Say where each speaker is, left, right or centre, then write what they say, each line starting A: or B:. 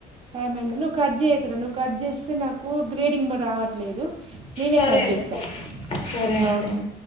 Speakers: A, on the right; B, on the left.
A: టైం ఏంది నువ్ కర్ చేయకు కూడా నువ్వు కట్ చే అే నాకు గ్రేడింగ్ రావట్లేదు నేనే
B: సరే
A: కట్
B: అక్క
A: చేస్తా
B: సరే అక్క
A: అ